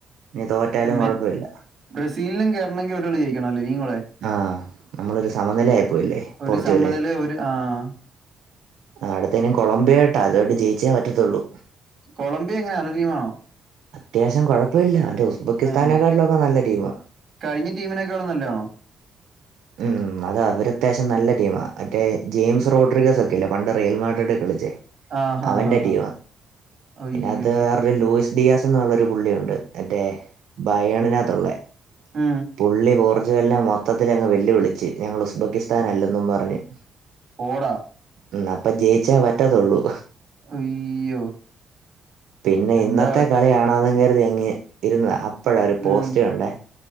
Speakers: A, on the right (about 75°); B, on the right (about 45°).
A: ഞ്ഞി തോറ്റാലും
B: മെ
A: കൊഴപ്പല്ല.
B: ബ്രസീലിനും കയറണെങ്കി ഒരളി ജെയ് ണല്ല നീ കൂടെ
A: ആ നമ്മളൊരു സമനില ആയിപ്പോയില്ലേ
B: ഒരു
A: പോർച്ചുഗല്
B: സമനില ഒരു ആഹ്
A: ആ അടുത്തേും കൊളംബിയോട്ടോ അതൊട്ട് ജയിച്ചേ പറ്റത്തുള്ളൂ
B: കൊളംബിയ ങ്ങനെ നല്ല ടീമാണോ?
A: അത്യാവശ്യം കുഴപ്പല്ല മറ്റേ ഉസ്ബെക്കിസ്ഥാനെക്കാട്ടിലൊക്കെ
B: ഏഹ്
A: നല്ല ടീംആ.
B: കഴിഞ്ഞ ടീമിനെക്കാളും നല്ലട്ടീമാണോ?
A: ഉം അത അവര് അത്യാവശ്യം നല്ല ടീമാണ്. മറ്റേ ജെയിംസ് റോഡ്രിഗസ് ഒക്കെല്ലേ പണ്ട് റിയൽമാർഡഡക്കെ കളിച്ചേ,
B: ആഹ് ഹാ
A: അവന്റെ
B: ഹാ ഹാ
A: ടീമ
B: അയ്യോ
A: അതിനകത്ത്. വടെ ലൂയിസ് ഡിയാസ് എന്നുള്ളൊരു പുള്ളിയുണ്ട് മറ്റേ ബയണിനകത്തുള്ളെ.
B: ആഹ്
A: പുള്ളി പോർച്ചുഗലിനെ മൊത്തത്തിൽ അങ്ങ് വെല്ലുവിളിച്ച് ഞങ്ങള് ഉസ്- ഉസ്ബക്കിസ്ഥാൻ അല്ലെന്നും പറഞ്ഞു
B: വടെവാ
A: ഉ അപ്പൊ ജയിച്ച പറ്റത്തുള്ളൂ
B: അയ്യോ..
A: പിന്നെ
B: എന്താ
A: ഇന്നത്തെ കളിയണന്ന് കരുതി ഇങ്ങി ഇരുന്ന അപ് പ്പഴാ ഒരു പോസ്റ്റ്
B: ഉം
A: കണ്ടേ